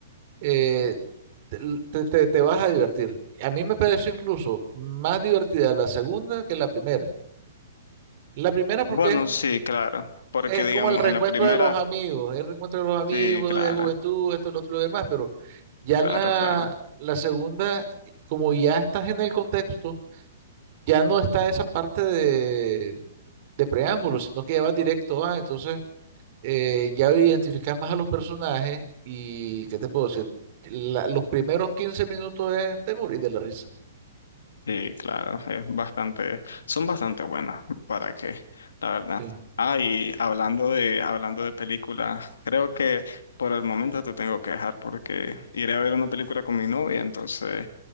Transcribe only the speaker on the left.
Bueno,
sí, claro, porque
digamos,
en la primera,
sí, claro,
claro,
claro,
sí, claro, es bastante, son bastante buenas, ¿para que La verdad.
Ah, y hablando de, hablando de películas, creo que por el momento te tengo que dejar porque iré a ver una película con mi novia, entonces